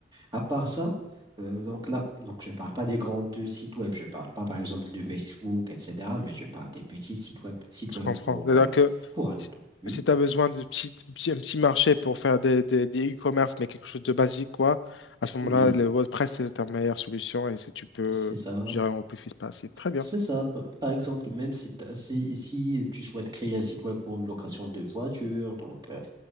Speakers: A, on the right (about 25°); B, on the left (about 80°).
A: À part ça, euh, donc là, donc je ne parle pas des grands deux sites web, je ne parle pas par exemple de Facebook, etc., mais je parle des petits sites web, sites
B: Je
A: web
B: comprends.
A: pour,
B: C'est-à-dire
A: euh,
B: que
A: pour un... Oui,
B: si tu as besoin de petit, petit, un petit marché pour faire des, des, des e-commerce, mais quelque chose de basique, quoi, à ce moment-là,
A: oui,
B: le WordPress, c'est ta meilleure solution et si tu peux
A: c'est ça.
B: gérer au plus vite possible. Très bien.
A: C'est ça. P- Par exemple, même si, t'as- si, ici tu souhaites créer un site web pour une location de voiture, donc euh,